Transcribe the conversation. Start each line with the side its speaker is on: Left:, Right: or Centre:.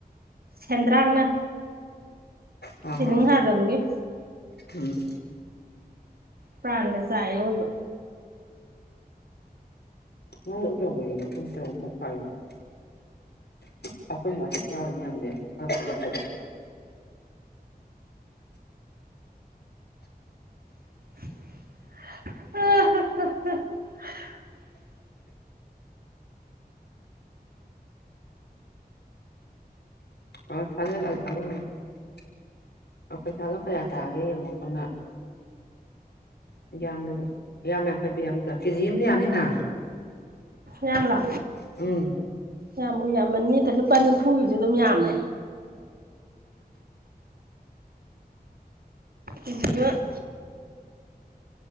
Right: ꯁꯦꯟꯗ꯭ꯔꯥꯡꯅ
Left: ꯍꯣꯏ
Right: ꯁꯦꯗꯤꯡ
Left: ꯍꯣꯏ
Right: ꯍꯥꯗꯕꯒꯤ
Left: ꯎꯝ
Right: ꯄ꯭ꯔꯥꯟꯒ ꯆꯥꯛꯑꯦ ꯑꯑꯣꯏꯕ
Left: ꯃꯣꯏ ꯀꯅꯤ ꯃꯇꯨꯡ ꯑꯃꯨꯛꯐꯥꯎ ꯐꯥꯏꯌꯨ ꯍꯥꯏ <unintelligible>
Right: ꯑꯍꯥꯍꯍ
Left: ꯑ ꯁꯖꯦꯜ ꯂꯒꯦ ꯁꯖ <unintelligible> ꯄꯩꯁꯥꯗꯣ ꯀꯌꯥ ꯇꯥꯒꯦ ꯌꯦꯡꯉꯣ ꯄꯨꯟꯅ ꯌꯥꯝ ꯌꯥꯝꯌꯥꯝ ꯌꯥꯡꯈꯩ ꯄꯤꯌꯥꯕꯗ ꯀꯦꯖꯤ ꯑꯝꯅ ꯌꯥꯅꯤꯅ
Right: ꯌꯥꯝꯂꯣ
Left: ꯎꯝ
Right: ꯌꯥꯝꯕꯨ ꯌꯥꯝ ꯌꯥꯝꯅꯤꯗ ꯂꯨꯄꯥ ꯅꯤꯝꯐꯨꯒꯤꯁꯨ ꯑꯗꯨꯝ ꯌꯥꯝꯃꯦ ꯏ